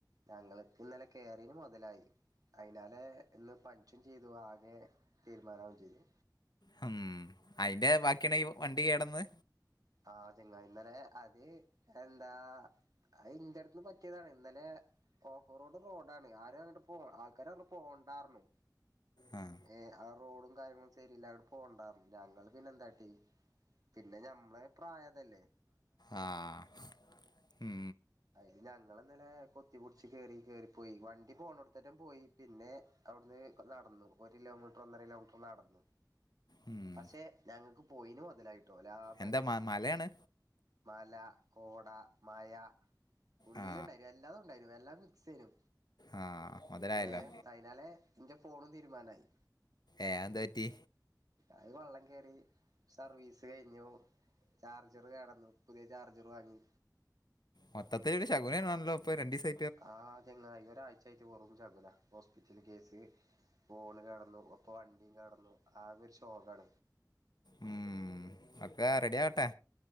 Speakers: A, on the right (about 55°); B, on the left (about 70°).
A: ഞങ്ങള്ക്ക് ഇന്നലെ കേറീന് മൊതലായി. അയിതിനാലെ, ഇന്ന് പനിക്കും ചെയ്തു. ആകെ തീരുമാനാവു ചെയ്തു.
B: ഹമ്, അയിന്റെ ബാക്കിയാണ് ഈ, വണ്ടി കേടന്ന.
A: ആഹ്‌, ചങ്ങായി. ഇന്നലെ അത്, എന്താ. അത് ഇന്റട്ന്ന് പറ്റിയതാണ്. ഇന്നലെ ഓഫ് റോഡ്, റോഡാണ്. ആരും, അങ്ങട്ട് പോ ആൾക്കാറഞ്ഞു. പോണ്ടാർന്നു.
B: ഉം
A: ഏ, ആ, റോഡും കാര്യങ്ങളും ശരില്ല അങ്ങട്ട് പോണ്ടാന്ന്പറഞ്ഞു. ഞങ്ങള് പിന്നെ എന്താട്ടി. പിന്നെ ഞമ്മളെ പ്രായത ല്ലേ?
B: ആഹ് ഉം
A: അയില് ഞങ്ങള് ഇന്നലെ കൊത്തിപടിച്ച് കേറി കേറിപ്പോയി വണ്ടി പോണോടത്തറ്റം പോയി പിന്നെ അവിടുന്ന് നടന്നു ഒരു കിലോമീറ്റർ ഒന്നര കിലോമീറ്റർ നടന്നു
B: ഉം
A: പക്ഷെ ഞങ്ങക്ക് പോയിനു മൊതലായിട്ടോ ലാഭായി
B: എന്താ മ മലയാണ്
A: മല കോട മഴാ ഫുള്ള്ണ്ടായിന്
B: ആ
A: എല്ലാതുണ്ടായിനു എല്ലാം മിക്‌സേനു
B: ആ മുതലായല്ലോ
A: ഏഹ് അയിനാലെ ഇന്റെ ഫോണും തീരുമാനായി
B: ഏഹ് അഎന്താ പറ്റി
A: അഹ് വള്ളംകേറി സർവീസ് കേ ഇഞ്ഞിയൊ ചാർജർ കേടന്നു പുതിയ ചാർജർ വാങ്ങി
B: മൊത്തത്തിലൊരു ശകുനേണല്ലോ ഇപ്പൊ രണ്ടീസാ
A: ആഹ് ചെങ്ങായി ഒരാഴ്ചായിട്ട് വെറും ശകുനാ ഹോസ്പിറ്റല്കേസ് ഫോണ് കേടന്നു ഒപ്പൊ വണ്ടി കേടന്നുആകെ ഒരുഷോകാണ്
B: ഉം ഒക്കെ റെഡിആട്ടെ